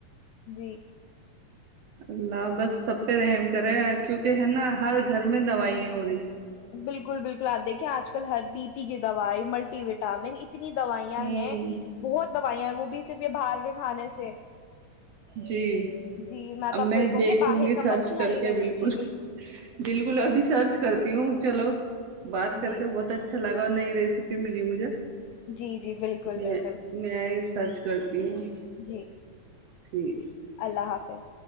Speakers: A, on the left (about 85°); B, on the right (about 70°).
A: جی
B: اللہ بس سب رحم کرے کیونکہ ہے نا ہر گھر میں دوائی ہو رہی ہیں
A: بالکل بالکل آپیکھیں آج کل ہر دیپی کی دوائی ملٹی وٹامن اتنی دوائیاں
B: ہوں
A: ہیں بہت دوائیاں وہ بھی صرف یہ باہر گئے کھانے سے
B: جی
A: جی
B: اب
A: تو آپ
B: میں
A: کو یہ کہوں
B: دیکھوں
A: باہر
B: گی
A: کا
B: سرچ
A: مت کھلائیے
B: کر کے
A: گا نے
B: بالکل
A: جی
B: بالکل ابھی سرچ کرتی ہوں چلو بات کر
A: جی
B: کے بہت اچھا لگا اور نہیں ریسیپی ملی مجھے
A: جی جی بالکل
B: میں
A: بالکل
B: میں سرچ کرتی ہوں
A: جی
B: ٹھیک
A: جی اللہ حافظ